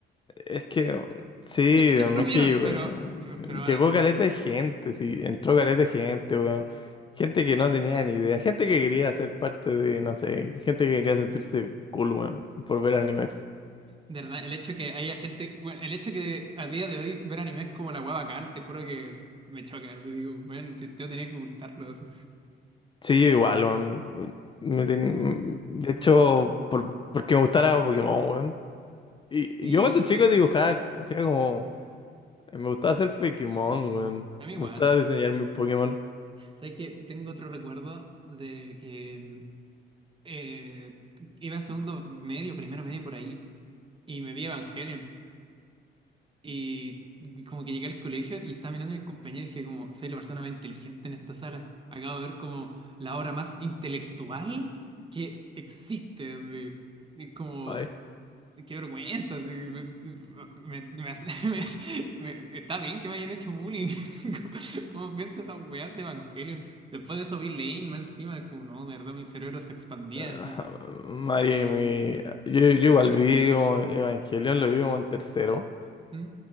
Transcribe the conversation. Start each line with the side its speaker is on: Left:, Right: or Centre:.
Left: Es que, sí,
Right: Sie- Siempre
Left: no
Right: hubieron,
Left: es que llegó,
Right: pero,
Left: eh,
Right: pero ahora,
Left: llegó
Right: de verdad,
Left: caleta de gente, sí, entró caleta de gente, weón. Gente que no tenía ni idea, gente que quería ser parte de, no sé, gente que quería sentirse cool, weón, por ver anime.
Right: de verdad, el hecho que haya gente, bueno, el hecho que a día de hoy ver anime es como la hueá bacán, te juro que me choca. Así digo, bueno, yo, yo tenía que ocultarlo. así.
Left: Sí, yo igual, weón. Me ten- De hecho,
Right: Y Bueno,
Left: por, porque me gustara Pokémon, weón. Y
Right: sí,
Left: y yo cuando chico dibujaba, hacía como, me gustaba hacer Pokémon, weón.
Right: a mí
Left: Me
Right: igual.
Left: gustaba diseñar mis Pokémon.
Right: ¿Sabes que Tengo otro recuerdo de que mm, eh, iba en segundo medio, primero medio por ahí, y me vi Evangelion. Y como que llegué al colegio y estaba mirando a mis compañeros y dije como, soy la persona más inteligente en esta sala. Acabo de ver como la obra más intelectual que existe. Así. Y como,
Left: Ay.
Right: qué vergüenza. así, me- me- me hace- <laughs> me- me- está bien que me hayan hecho bullying. <laughs> así como- ¿Cómo pienso esas weas de Evangelion? Después de eso vi Lane más encima, como no, de verdad mi cerebro se expandía.
Left: Ajá,
Right: Así.
Left: Mari, mi- yo, yo igual vi como Evangelion, lo vi como en tercero
Right: ¿Mm?